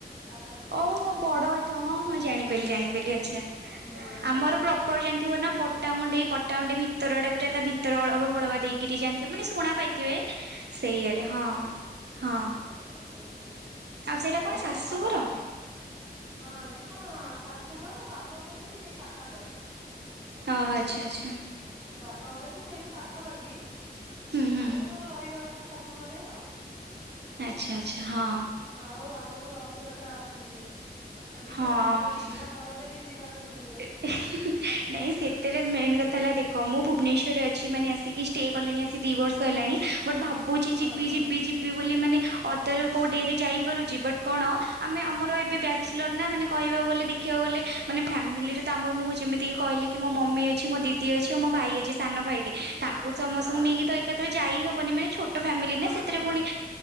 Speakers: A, on the left; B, on the right.
A: ପାଖାପାଖି
B: ଓହୋ
A: ଆଉ
B: ବଡ଼ ଆଠ ହଁ ହଁ ଜାଣିପାରିଲି, ଜାଣିପାରିଲି ଆଚ୍ଛା।
A: ହୁଁ ହୁଁ
B: ଆମର ପ୍ରପର ଜାନ୍ ଥିବ ନା ପଟ୍ଟାମୁଣ୍ଡାଇ ପଟ୍ଟାମୁଣ୍ଡେଇ ଭିତରଟା ପୁରା ତା ଭିତରେ ଅଳବ ଫଳବା ଦେଇକିରି ଜାଣିଥିବ ମାନେ ଶୁଣା ପାଇ ଥିବେ ସେଇଆଡ଼େ ହଁ ହଁ।
A: ହଁ
B: ସେଇଟା
A: ଆଉ
B: କଣ ଶାଶୁଘର?
A: ବର୍ଷା ହଉଚି? ହଁ ସେଟା ଶାଶୁଘର ବାପା ଘର ବି ସେଇ ପାଖାପାଖି
B: ଓହୋ ଆଚ୍ଛା ଆଚ୍ଛା
A: ବାପଘର ବି ସେଇଠି ପାଖାପାଖି
B: ହୁଁ ହୁଁ
A: ଆଉ ରହିଯାଉଚୁ ଶାଶୁ ଘରେ ଆଉ
B: ଆଚ୍ଛା ଆଚ୍ଛା ହଁ।
A: ଆଉ ଆଗକୁ ରଥଯାତ୍ରା ଆସୁଚି। ଯିବେନି
B: ହଁ
A: ପୁରୀ ନା ବଲଦେବୀ ଯିବାକୁ ବି ଯିବେ
B: <unintelligible> ନାଇଁ ସେତେରେ ମେନ୍ କଥା ହେଲା ଦେଖ ମୁଁ ଭୁବନେଶ୍ୱରରେ ଅଛି ମାନେ ଆସିକି ଷ୍ଟେ କଲିଣି ଆସିି ଦି ବର୍ଷ ହେଲାଣି। ବଟ୍ ଭାବୁଚି
A: ହଁ
B: ଯିବି
A: ହଁ
B: ଯିବି ଯି ବି ବୋଲି ମାନେ ଅଦର କୋଉ ଡେ ରେ ଯାଇପାରୁଚି ବଟ୍ କଣ ଆମେ ଆମର ଏବେ ବ୍ୟା ଚଲର ନା ମାନେ କହିବାକୁ ଗଲେ ଦେଖିବାକୁ ଗଲେ ମାନେ ଫ୍ୟାମିଲିରେ ତ ଆମର ମୁଁ ଯେମିତିି କି କହିଲି କି ମୋ ମମି ଅଛି ମୋ ଦି ଦି ଅଛି ଆଉ ମୋ ଭାଇ ଅଛି ସାନ ଭାଇଟେ
A: ହଁ
B: ତାଙ୍କୁ ସମସ୍ତଙ୍କୁ
A: ହଁ
B: ନେଇକି ତ ଏ କାଥରେ ଯାଇହବନି ମାନେ ଛୋଟ ଫ୍ୟାମିଲି
A: ହଁ
B: ନା ସେତେରେ
A: ହଁ
B: ଫୁଣି